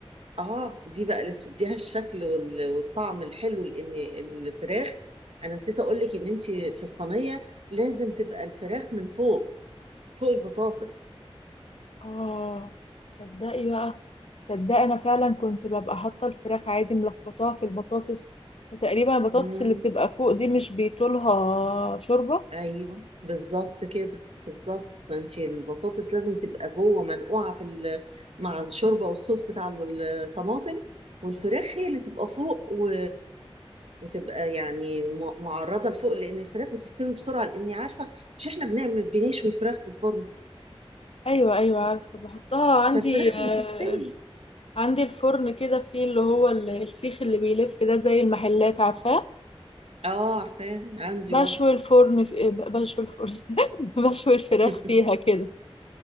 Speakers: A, on the right; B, on the left.
A: اه دي بقى اللي بتديها الشكل وال- والطعم الحلو لان الفراخ انا نسيت اقول لك ان انت في الصينية لازم تبقى الفراخ من فوق فوق البطاطس
B: اه صدقي بقى صدقي انا فعلا كنت ببقى حاطه الفراخ عادي ملخبطاها في البطاطس فتقريبا البطاطس
A: امم
B: اللي بتبقى فوق دي مش بيطولها شوربه
A: ايوه بالظبط كده بالظبط ما انت البطاطس لازم تبقى جوه منقوعه في ال- مع الشوربه والصوص بتاع الطماطم والفراخ هي اللي تبقى فوق و... وتبقى يعني م- معرضه لفوق لان الفراخ بتستوي بسرعه لاني عارفه مش احنا بنعمل بنشوي فراخ في الفرن
B: ايوه ايوه عارفه بحطها عندي
A: فالفراخ
B: آه،
A: بتستوي
B: عندي الفرن كده فيه اللي هو ال- السيخ اللي بيلف ده زي المحلات عارفاه
A: اه عارفاه عندي
B: بشوي
A: برضه
B: الفرن في... بشوي الفرن <laughs> بشوي الفراخ
A: <laughs>
B: فيها كده